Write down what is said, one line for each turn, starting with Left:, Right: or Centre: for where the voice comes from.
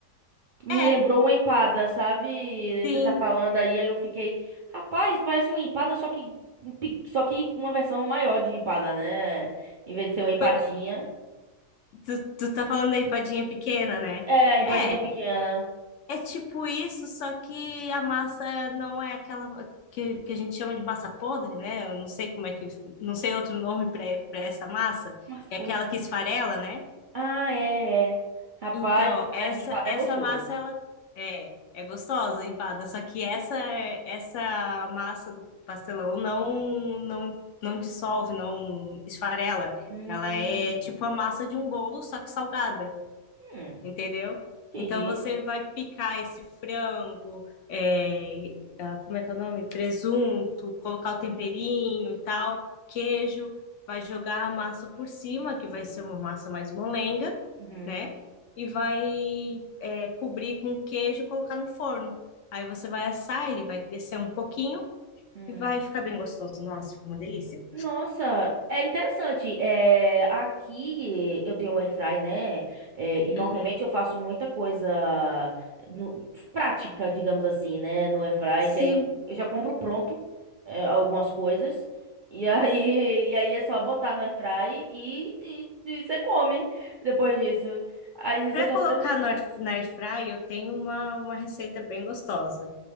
Right: Me
Left: É,
Right: lembrou uma empada, sabe?
Left: sim.
Right: Você tá falando aí, aí eu fiquei, rapaz, parece uma empada, só que só que uma versão maior de empada, né? Em vez de ser uma empadinha.
Left: Foi- Tu, tu tá falando da empadinha pequena, né?
Right: É, empadinha
Left: É,
Right: pequena.
Left: é tipo isso, só que a massa não é aquela que, que a gente chama de massa podre, né? Eu não sei como é que, não sei outro nome pra para essa massa,
Right: Massa
Left: que
Right: podre.
Left: é aquela que esfarela, né?
Right: Ah, é, é. Rapaz,
Left: Então, essa
Right: mas empada
Left: essa
Right: é gostoso.
Left: massa ela é é gostosa, empada, só que essa essa massa do pastelão não não não dissolve, não esfarela.
Right: Hum.
Left: Ela é tipo a massa de um bolo, só que salgada
Right: Hum.
Left: entendeu?
Right: Entendi.
Left: Então você vai picar esse frango, é, ah, como é que é o nome? Presunto, colocar o temperinho e tal, queijo, vai jogar a massa por cima, que vai ser uma massa mais molenga,
Right: Uhum.
Left: né? E vai, é, cobrir com queijo e colocar no forno. Aí você vai assar, ele vai crescer um pouquinho
Right: Hum.
Left: e vai ficar bem gostoso. Nossa, fica uma delícia.
Right: Nossa, é interessante. É, aqui eh, eu tenho um air fry, né? É, e normalmente
Left: Uhum.
Right: eu faço muita coisa no- prática, digamos assim, né? No air fry,
Left: Sim.
Right: que aí eu, eu já compro pronto é, algumas coisas. E aí, <laughs> e aí é só botar no air fry e, e, e você come depois disso. Aí
Left: Para
Right: você só.
Left: colocar
Right: pre-
Left: no air na air fry, eu tenho uma, uma receita bem gostosa.